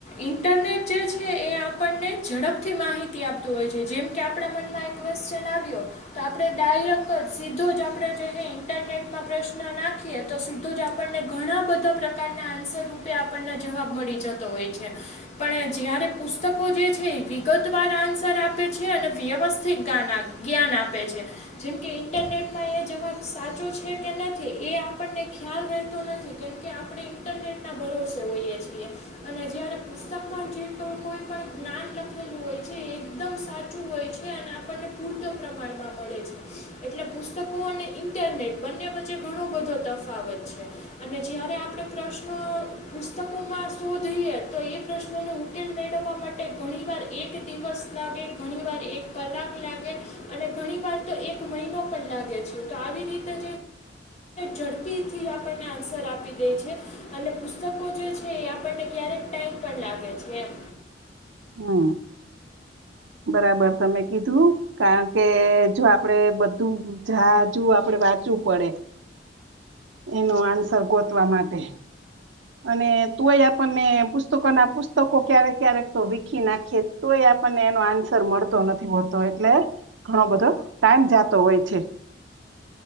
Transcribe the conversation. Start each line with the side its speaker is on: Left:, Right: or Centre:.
Left: ઇન્ટરનેટ જે છે, એ આપણને ઝડપથી માહિતી આપતું હોય છે. જેમ કે, આપણા મનમાં એક ક્વેશ્ચન આવ્યો, તો આપણે ડાયરેક જ, સીધો જ, આપણે જે ઇન્ટરનેટમાં પ્રશ્ન નાખીએ, તો સીધો જ આપણને ઘણા બધા પ્રકારના આન્સર રૂપે આપણને જવાબ મળી જતો હોય છે. પણ જ્યારે પુસ્તકો જે છે, એ વિગતવાર આન્સર આપે છે અને વ્યવસ્થિત જ્ઞાન આપે છે. જેમ કે, ઇન્ટરનેટમાં એ જવાબ સાચો છે કે નથી, એ આપણને ખ્યાલ રહેતો નથી, કેમ કે આપણે ઇન્ટરનેટના ભરોસે હોઈએ છીએ. અને જ્યારે પુસ્તકમાં જે કોઈ પણ જ્ઞાન લખેલું હોય છે, એ એકદમ સાચું હોય છે, અને આપણને પૂરતો પ્રમાણમાં મળે છે. એટલે પુસ્તકો અને ઇન્ટરનેટ બંને વચ્ચે ઘણો બધો તફાવત છે. અને જ્યારે આપણે પ્રશ્નો પુસ્તકોમાં શોધીએ, તો એ પ્રશ્નનો ઉકેલ મેળવવા માટે ઘણીવાર એક દિવસ લાગે, ઘણીવાર એક કલાક લાગે, અને ઘણીવાર તો એક મહિનો પણ લાગે છે. તો આવી રીતે ઝડપી થી આપણને આન્સર આપી દે છે, અને પુસ્તક લોકો જે છે, આપણને ક્યારેક ટાઈમ પણ લાગે છે, એમ.
Right: હમ, બરાબર, તમે કીધું. કારણ કે, જો આપડે બધું જાજુ આપડે વાંચવું પડે. એનો આન્સર ગોતવા માટે અને તોય આપણને પુસ્તકોના પુસ્તકો ક્યારેક ક્યારેક તો વીખી નાખીએ તોય આપણને એનો આન્સર મળતો નથી હોતો એટલે ઘણો બધો ટાઈમ જાતો હોય છે